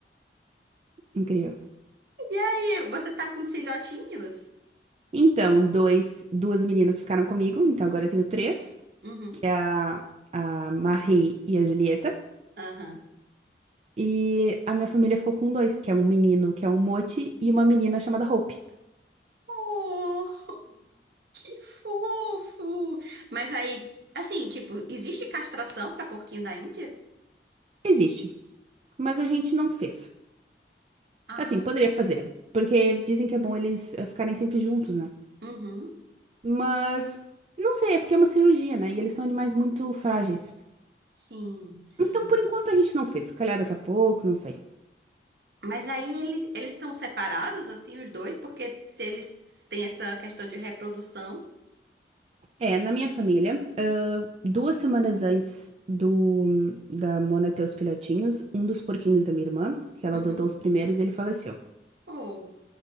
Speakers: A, on the right; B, on the right.
A: Incrível.
B: E aí, você tá com os filhotinhos?
A: Então, dois, duas meninas ficaram comigo, então agora eu tenho três,
B: Uhum.
A: que é a, a Marie e a Julieta.
B: Aham.
A: E a minha família ficou com dois, que é um menino, que é o Moti, e uma menina chamada Hope.
B: Oh, que fofo! Mas aí, assim, tipo, existe castração pra porquinho da Índia?
A: Existe, mas a gente não fez.
B: Ah,
A: Assim, poderia fazer, porque dizem que é bom eles eh, ficarem sempre juntos, né?
B: uhum.
A: Mas, não sei, é porque é uma cirurgia, né? E eles são animais muito frágeis.
B: Sim, sim.
A: Então, por enquanto, a gente não fez. Se calhar daqui a pouco, não sei.
B: Mas aí ele- eles estão separados, assim, os dois, porque se eles têm essa questão de reprodução.
A: É, na minha família, ah, duas semanas antes do da Mona ter os filhotinhos, um dos porquinhos da minha irmã, que ela
B: Uhum.
A: adotou os primeiros, ele faleceu.
B: Oh,